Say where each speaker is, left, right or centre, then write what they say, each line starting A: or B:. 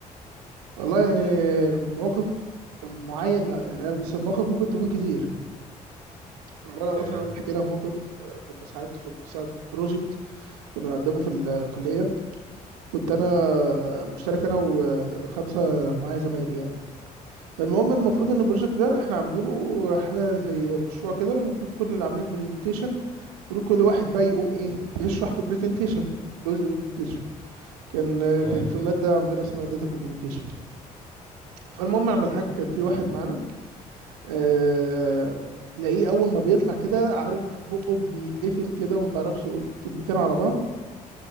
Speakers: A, on the right (about 75°); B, on the right (about 35°).
A: والله يعني موقف معين لا يعني انا بس المواقف ممكن تكون كتير والله انا
B: تمام
A: مثلا احكي لك موقف آه، كنا ساعات في ساعات بروجكت كنا بنقدمه في الكليه كنت انا مشترك انا وخمسه معايا زمايلي يعني فالمهم المفروض
B: تمام
A: ان البروجكت ده احنا عاملينه حاجه زي مشروع كده المفروض كل اللي عاملين برزنتيشن المفروض كل واحد بقى يقوم ايه يشرح في البرزنتيشن جزء من البرزنتيشن كان
B: كويس
A: كان في مادة عندنا اسمها داتا كوميونيكيشن فالمهم اعمل حاجة كان في واحد معانا آه... تلاقيه اول ما بيطلع كده عارف بقه بيتقفل كده وما بيعرفش يقول كلمتين على بعض